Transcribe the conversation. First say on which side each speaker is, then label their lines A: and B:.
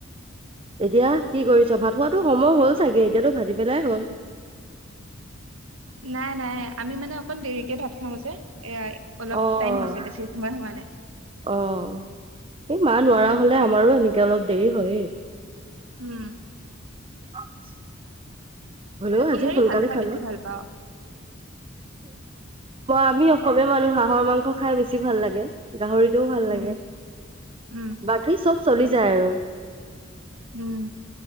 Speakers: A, on the right; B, on the right.
A: এতিয়া কি কৰিছ' ভাত খোৱাটো সময় হ'ল চাগে এতিয়াতো ভাটি বেলাই হ'ল।
B: নাই নাই আমি মানে অকণ দেৰিকে ভাত খাওঁ যে, এইয়া অলপ
A: অ'।
B: টাইম হৈছে বেছি সময় হোৱা নাই।
A: অ', এই মা নোৱাৰা হ'লে আমাৰো এনেকে অলপ দেৰি হয়ে।
B: উম।
A: <inaudible> হ'লেও
B: তই
A: আজি
B: কিহেৰি
A: সোনকালে
B: ভাত খাই
A: খালোঁ।
B: বেছি ভাল পাওঁ
A: আমি অসমীয়া মানুহ হাঁহৰ মাংস খাই বেছি ভাল লাগে। গাহৰিটোও ভাল
B: উম
A: লাগে,
B: উম
A: বাকী চব চলি যায় আৰু।
B: উম,